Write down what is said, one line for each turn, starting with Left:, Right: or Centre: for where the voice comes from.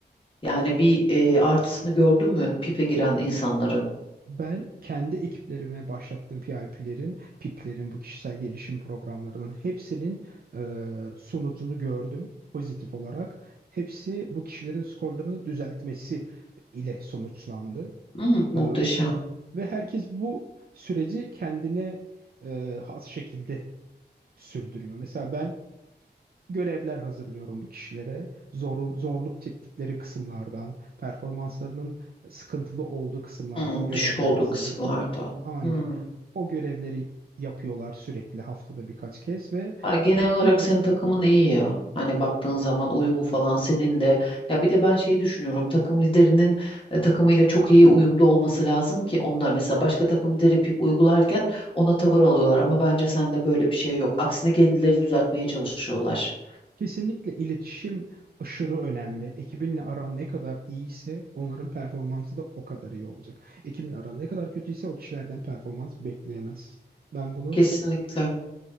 Left: Yani bir e, artısını gördün mü pipe giren insanların?
Right: Ben kendi ekiplerime başlattığım PIP'lerin, PIP'lerin bu kişisel gelişim programlarının hepsinin e, sonucunu gördüm pozitif olarak. Hepsi bu kişilerin skorlarını düzeltmesi ile sonuçlandı.
Left: Hmm, muhteşem.
Right: E, ve herkes bu süreci kendine e, has şekilde sürdürüyor. Mesela ben görevler hazırlıyorum bu kişilere. Zor, zorluk çektikleri kısımlardan, performanslarının sıkıntılı olduğu kısımlardan
Left: Hmm,
Right: görevler
Left: düşük olduğu
Right: hazırlıyorum.
Left: kısımlarda.
Right: Aynen.
Left: Hmm.
Right: O görevleri yapıyorlar sürekli haftada birkaç kez ve
Left: Ha, genel olarak
Right: bilme,
Left: senin takımın iyi ya. Hani baktığın zaman uyumu falan seninle. Ya bir de ben şeyi düşünüyorum. Takım liderinin e, takımıyla çok iyi uyumda olması lazım ki onlar mesela başka takım lideri pip uygularken ona tavır alıyorlar. Ama bence sende böyle bir şey yok. Aksine kendilerini düzeltmeye çalışıyorlar.
Right: kesinlikle iletişim aşırı önemli. Ekibinle aran ne kadar iyiyse onların performansı da o kadar iyi olacak. Ekibinle aran ne kadar kötüyse o kişilerden performans bekleyemezsin. Ben bunu
Left: Kesinlikle.